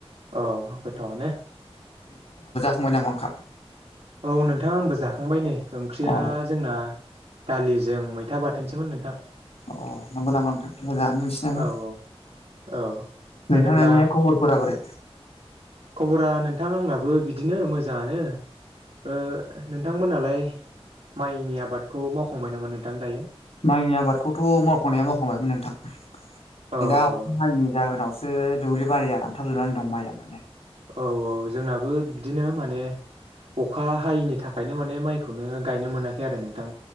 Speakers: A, on the right; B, on the left.
A: अ गोथावआनो
B: बाय नामा ओंखाम
A: औ नोंथां आंबो जाखांबाय नै ओंख्रिया
B: अ
A: जोंना दालिजों मैथ था बाथोनसोमोन नोंथां
B: अ नंगौ नामा नोंथां मोजाङानो नोंसिनाबो
A: औ औ औ जेनेब्ला
B: नोंथांनानिहाय खबरफोरा बोरै?
A: खबरा नोंथां आंनाबो बिदिनो मोजाङानो ओ नों थांमोनहालाय माइनि आबादखौ मावखांबाय नामा नोंथां दायो?
B: माइनि आबादखौथ' मावखांनाया मावखांबायमोन नोंथां
A: अ
B: दा अखा
A: अ
B: हायैनि जाहोनावसो दुब्लि बखरिया रानथाब जोबनानै दं माइया माने
A: औ औ जोंनाबो बिदिनो माने अखा हायैनि थाखायनो माने माइखौनो गायनो मोनाखै आरो नोंथां